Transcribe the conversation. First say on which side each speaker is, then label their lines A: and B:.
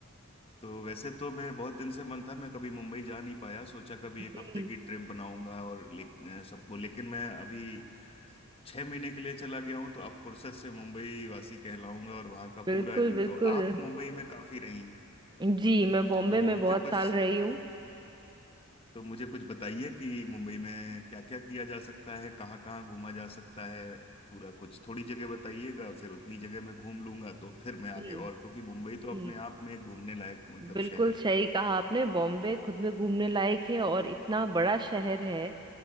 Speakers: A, on the left; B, on the right.
A: तो वैसे तो मैं बहुत दिन से मन था मैं कभी मुंबई जा नहीं पाया सोचा कभी एक
B: जी
A: हफ्ते की ट्रिप बनाऊंगा और ले, अ, सबको लेकिन मैं अभी छह महीने के लिए चला गया हूँ तो अब फुर्सत से मुंबई वासी कहलाऊंगा और वहाँ का
B: बिल्कुल
A: पूरा
B: बिल्कुल
A: तो आप मुंबई में काफ़ी रही हैं
B: जी मैं बॉम्बे
A: तो
B: में
A: मुझे
B: बहुत
A: कुछ
B: साल रही हूँ
A: तो मुझे कुछ बताइए कि मुंबई में क्या क्या किया जा सकता है कहाँ कहाँ घूमा जा सकता है पूरा कुछ थोड़ी जगह बताइएगा फिर उतनी जगह मैं घूम लूंगा तो फिर मैं
B: जी
A: आगे और क्योंकि मुंबई तो
B: जी
A: अपने आप में घूमने लायक मतलब
B: बिल्कुल
A: शहर है
B: सही कहा आपने बॉम्बे खुद में घूमने लायक है और इतना बड़ा शहर है